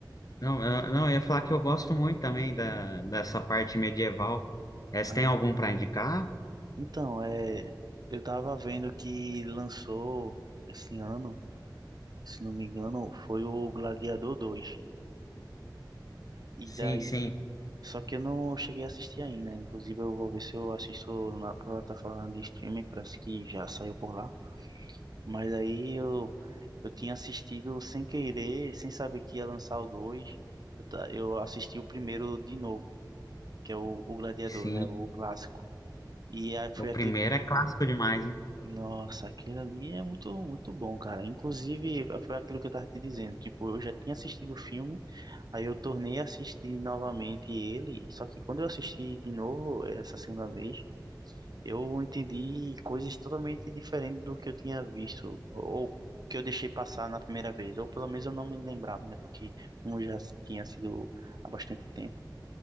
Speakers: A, on the left; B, on the right.
A: Não, eu, não, eu ia falar que eu gosto muito também da, dessa parte medieval. É, você
B: Ah,
A: tem algum para indicar?
B: então, é, eu tava vendo que lançou esse ano, se não me engano, foi o Gladiador dois E
A: Sim,
B: daí,
A: sim,
B: só que eu não cheguei a assistir ainda. Inclusive, eu vou ver se eu assisto na plataforma de streaming, parece que já saiu por lá. Mas aí eu, eu tinha assistido sem querer, sem saber que ia lançar o dois Eu, ta- eu assisti o primeiro de novo, que é o, o Gladiador,
A: sim.
B: né? O clássico. E aí foi
A: O primeiro
B: aquele que.
A: é clássico demais, né?
B: Nossa, aquilo ali é muito, muito bom, cara. Inclusive, foi aquilo que eu tava te dizendo. Tipo, eu já tinha assistido o filme, aí eu tornei a assistir novamente ele. Só que quando eu assisti de novo, essa segunda vez, eu entendi coisas totalmente diferentes do que eu tinha visto, ou que eu deixei passar na primeira vez, ou pelo menos eu não me lembrava, né? Porque como já tinha sido há bastante tempo,